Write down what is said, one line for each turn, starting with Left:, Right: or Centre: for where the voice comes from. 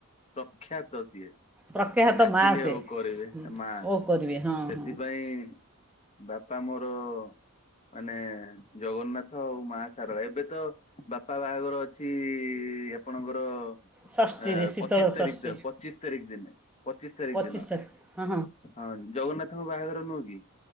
Left: ପ୍ରଖ୍ୟାତ ସି ଏ।
Centre: ପ୍ରଖ୍ୟାତ
Left: ଡାକିଲେ
Centre: ମାଆ ସେ
Left: ଓ କରିବେ
Centre: ହୁଁ
Left: ମା
Centre: ଓ କରିବେ ହଁ
Left: ସେଥିପାଇଁ
Centre: ହଁ
Left: ବାପା ମୋର ମାନେ ଜଗନ୍ନାଥ ଆଉ ମା ସାରଳା ଏବେ ତ ବାପା ବାହାଘର ଅଛି ଆପଣଙ୍କର?
Centre: ଷଷ୍ଠୀରେ
Left: ଆ
Centre: ଶୀତଳ
Left: ପଚିଶ ତାରିଖ
Centre: ଷଷ୍ଠୀ
Left: ଦିନ ପଚିଶ ତାରିଖ ଦିନେ। ପଚିଶି ତାରିଖ
Centre: ପଚିଶ
Left: ଦିନ
Centre: ତାରିଖ ହଁ
Left: ହଁ ଜଗନ୍ନାଥଙ୍କ ବାହାଘର ନୁହ କି?